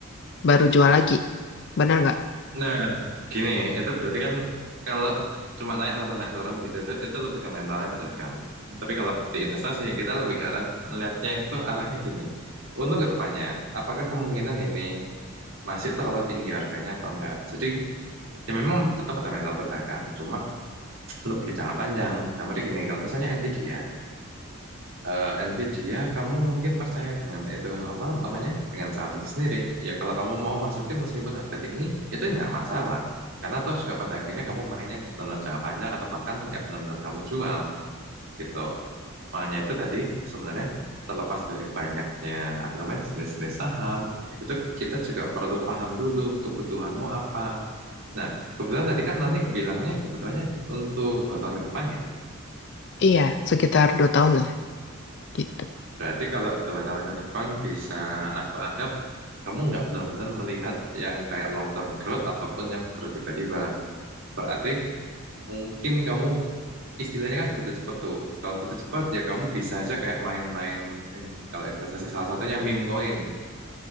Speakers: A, on the left; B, on the right.
A: baru jual lagi benar nggak
B: Nah, gini, itu berarti kan kalau cuma naik turun naik turun gitu itu itu lebih ke mentalnya pedagang. Tapi kalau di investasi kita lebih ke arah melihatnya itu arahnya gini. Untuk ke depannya, apakah kemungkinan ini masih terlalu tinggi harganya atau enggak? Jadi ya memang tetap ada mental pedagang, cuma lebih jangka panjang. Tapi gini, kalau misalnya Nvidia eh, Nvidia, kamu mungkin percaya dengan itu apa namanya dengan saham itu sendiri. Ya kalau kamu mau masukin meskipun harga tinggi itu nggak masalah. Karena toh juga pada akhirnya kamu mainnya benar jangka panjang atau bahkan nggak benar-benar kamu jual gitu. Makanya itu tadi sebenarnya terlepas dari banyaknya apa namanya jenis-jenis saham itu kita juga perlu paham dulu kebutuhanmu apa. Nah kebetulan tadi kan Nani bilangnya kebutuhannya untuk dua tahun ke depan ya.
A: iya sekitar dua tahun lah gitu
B: Berarti kalau dua tahun ke depan bisa aku anggap kamu nggak benar-benar melihat yang kayak long term growth ataupun yang growth tiba-tiba. Berarti mungkin kamu istilahnya kan butuh cepet tuh. Kalau butuh cepet ya kamu bisa aja kayak main-main in- kalau investasi salah satunya meme coin.